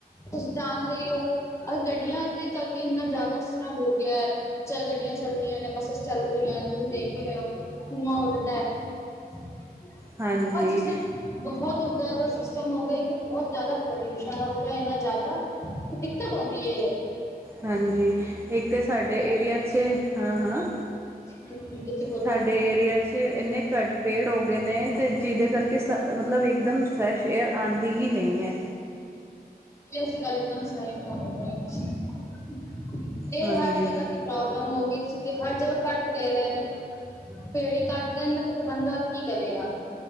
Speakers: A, on the left; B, on the right.
A: ਤੁਸੀ ਜਾਨਦੇ ਈ‌ ਓ। ਆ ਗੱਡੀਆਂ ਦੇ ਕਰਕੇ ਇੰਨਾ ਜਾਦਾ ਅਸਰ ਹੋ ਗਿਆ ਐ। ਚੱਲ ਗੱਡੀਆਂ ਚੱਲਦੀਆਂ ਨੇ ਬੱਸਿਸ ਚੱਲ ਰਈਆਂ ਨੇ ਤੁਸੀਂ ਦੇਖ ਈ ਰਏ ਓਂ ਧੂੰਆਂ ਉੱਡਦਾ। ਬੋਤ
B: ਹਾਂਜੀ
A: ਜੈਸੇ ਬਹੋਤ ਹੋਤਾ ਸਿਸਟਮ ਹੋ ਗਏ ਕੇ ਬੋਤ ਜਾਦਾ ਪੋਲਿਊਸ਼ਨ ਹੋ ਗੇਆ ਏਨਾ ਜਾਦਾ ਦਿੱਕਤ ਔਂਦੀ ਏ।
B: ਹਾਂਜੀ ਇੱਕ ਤੇ ਸਾਡੇ ਏਰੀਆ ਚ ਹਾਂ-ਹਾਂ।
A: ਇਕ ਹੁੰਦੇ ਚ ਗੋਲ-ਗੋਲ
B: ਸਾਡੇ ਏਰੀਆ ਚ ਏਨੇ ਘੱਟ ਪੇੜ ਹੋ ਗਏ ਨੇ ਤੇ ਜਿਦੇ ਕਰਕੇ ਸ ਮਤਲਬ ਇੱਕਦਮ ਫਰੈਸ਼ ਏਅਰ ਆਂਦੀ ਹੀ ਨਈਂ ਐ।
A: ਤੇ ਓਸੇ ਗੱਲ ਚ ਤਾਂ <unintelligible> ਏ
B: ਹਾਂਜੀ,
A: ਹਰ ਜਗਾ ਤੇ ਪ੍ਰੋਬਲਮ ਹੋ ਗਈ ਏਦੇ ਚ। ਤੇ ਹਰ ਜਗ੍ਹਾ ਕੱਟ ਦੇ ਰਏ ਨੇ, ਪੇੜ ਈ ਕੱਟ ਦੇਨਗੇ ਤੇ ਫਿਰ ਬੰਦਾ ਕੀ ਕਰੇਗਾ